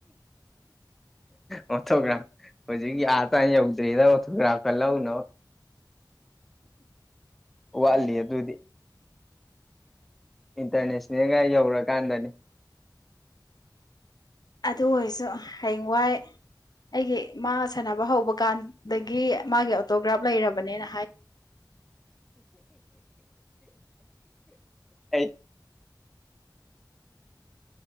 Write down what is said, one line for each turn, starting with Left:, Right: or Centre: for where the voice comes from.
Centre: ꯑꯣꯇꯣꯒ꯭ꯔꯥꯕ ꯍꯧꯖꯤꯛꯀꯤ ꯑꯥꯇꯥ ꯌꯧꯗ꯭ꯔꯤꯗ ꯒ꯭ꯔꯥꯛꯀ ꯂꯧꯎꯅ ꯋꯥꯠꯂꯤ ꯑꯗꯨꯗꯤ ꯏꯟꯇꯔꯅꯦꯁꯅꯦꯜꯒ ꯌꯧꯔꯀꯥꯟꯗꯅꯦ <inaudible>
Left: ꯑꯗꯨ ꯑꯣꯏꯔꯁꯨ ꯍꯌꯦꯡꯋꯥꯏ ꯑꯩꯒꯤ ꯃꯥ ꯁꯥꯟꯅꯕ ꯍꯧꯕ ꯀꯥꯟꯗꯒꯤ ꯃꯥꯒꯤ ꯑꯣꯇꯣꯒ꯭ꯔꯥꯐ ꯂꯩꯔꯕꯅꯤꯅ
Centre: ꯑꯩ